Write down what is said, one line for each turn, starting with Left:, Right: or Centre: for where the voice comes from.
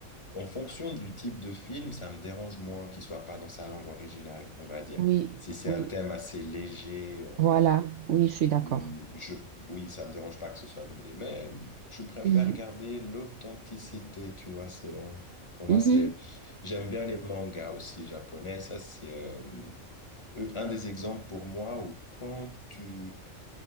Left: En fonction du type de film, ça me dérange moins qu'il soit pas dans sa langue originale, on va dire.
Right: Oui,
Left: Si c'est
Right: oui.
Left: un thème assez léger, euh,
Right: Voilà, oui, je suis d'accord.
Left: hmm, je, oui, ça me dérange pas que ce soit doublé, mais je préfère
Right: Mhm,
Left: garder l'authenticité, tu vois, c'est, euh, pour moi,
Right: mhm,
Left: c'est, j'aime bien les mangas aussi japonais, ça, c'est, euh, un des exemples pour moi où quand tu,